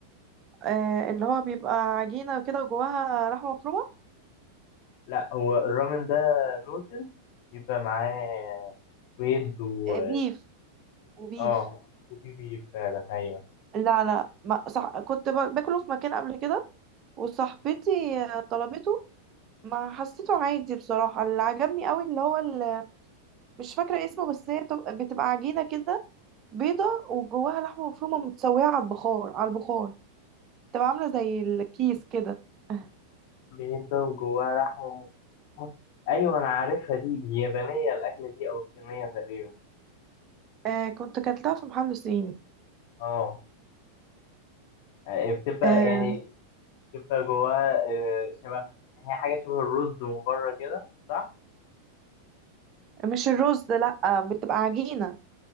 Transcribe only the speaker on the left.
لا هو الرامن ده نودلز بيبقى معاه بيض و
آه وفي بيف فعلا أيوه
بيض ده وجواه لحمة مفرومة أيوه أنا عارفها دي اليابانية الأكلة دي أو الصينية تقريبا
آه يعني بتبقى
يعني بتبقى جواها آه، شبه هي حاجة شبه الرز من بره كده صح؟